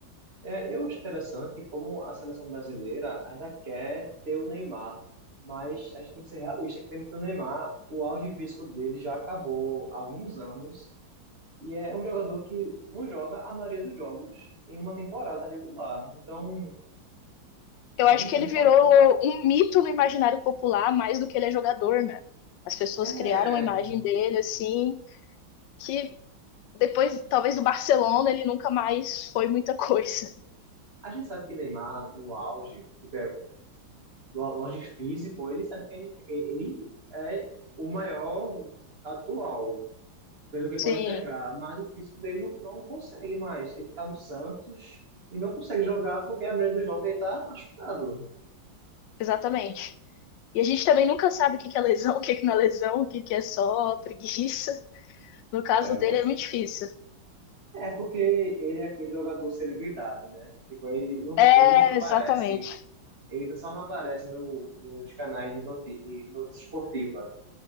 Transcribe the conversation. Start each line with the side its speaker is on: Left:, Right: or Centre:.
Right: É, eu acho interessante como a seleção brasileira ainda quer ter o Neymar, mas a gente tem que ser realista, que vendo que o Neymar, o auge físico dele já acabou há alguns anos, e é um jogador que não joga a maioria dos jogos em uma temporada regular. Então,
Left: Eu
Right: a
Left: acho
Right: gente,
Left: que
Right: a gente
Left: ele
Right: não
Left: virou
Right: pode contar.
Left: um mito no imaginário popular mais do que ele é jogador, né? As pessoas
Right: É,
Left: criaram a imagem dele assim, que depois, talvez do Barcelona, ele nunca mais foi muita <laughs> coisa.
Right: a gente sabe que Neymar, no auge, tipo, é, no au- no auge físico, ele sabe que ele ele é o maior atual. pelo que pode
Left: Sim,
Right: entregar, mas o físico dele não, não consegue mais. Ele tá no Santos e não consegue jogar porque a maioria dos jogos ele tá machucado.
Left: exatamente. E a gente também nunca sabe o que que é lesão, o que que não é lesão, o que que é só preguiça. No caso
Right: É, eu-
Left: dele é muito difícil.
Right: É porque ele é aquele jogador celebridade, né? Tipo, ele não,
Left: É,
Right: ele não só aparece,
Left: exatamente.
Right: ele não só não aparece no, nos canais de, noti de notícia esportiva.